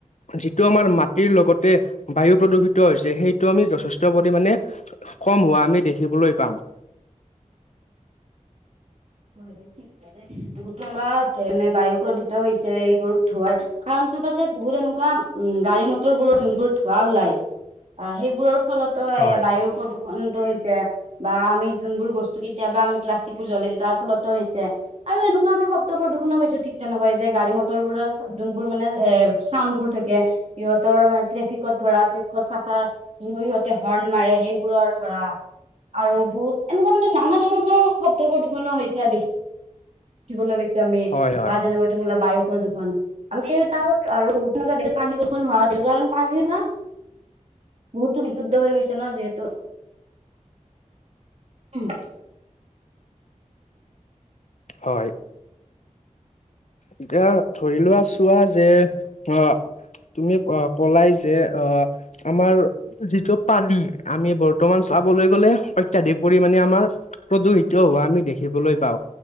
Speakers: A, on the left (about 60°); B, on the right (about 55°).
A: যিটো আমাৰ মাটিৰ লগতে বায়ু প্ৰদূষিত হৈছে সেইটো আমি যথেষ্ট পৰিমমানে, কম হোৱা আমি দেখিবলৈ পাম।
B: <unintelligible> ভোটোৱা এনে বায়ু প্ৰদূিত হৈছে এইবোৰ ধোৱাৰ কাৰণ, চাবা যে বহুত এনেকুৱা উম গাড়ী মটৰ বোৰৰ যোনবোৰ ধোৱাা ওলাই আহ সেইবোৰৰ, ফলতো
A: হয়
B: এইয়া বায়ুৰ প্ৰদূষণ, হৈছে বা আমি যোনবোৰ বস্তু কেতিয়াবা আমি প্লাষ্টিকোৰ, জ্বলোই দি, অ লত হৈছে আৰু এনেকুৱা আমি শব্ প্ৰদূষণো পাইছো ঠিক তেনেকুৱাই যে গাড়ী মটৰ বোৰৰ যোনবোৰ মানে, এ চাউডবোৰ থাকে সিহঁতৰ মানে ট্ৰেফিকত ধৰা ট্ৰেফিকত ফাচ ইহতে হৰ্ণ মাৰে সেইবোৰৰ ধৰা আৰু বহুত এনেকুৱা মানে নানা ধৰণৰ শব্দবোৰ ধুলণনা হৈছে দেখিবলৈ পাইছো আমি
A: হয় হয়
B: বা যেনেকৈ তোমাৰ বায়ু প্ৰদূষণ আমি তাৰ আৰু তেনেকুৱা পানী বৰষুণ হুৱ দিওঁ কাৰণ পানী বহুতো বিশুদ্ধ হৈ গৈছে ন যিহেতু উম
A: হয় এতিয়া ধৰি লোৱা চোৱা যে অ। তুমি অ কলাই যে আহ আমাৰ। যিটো পানি আমি বৰ্তমান চাবলৈ গ'লে অত্যাধিক পৰিমণে আমাৰ প্ৰদূষিত হব- আমি দেখিবলৈ পাওঁ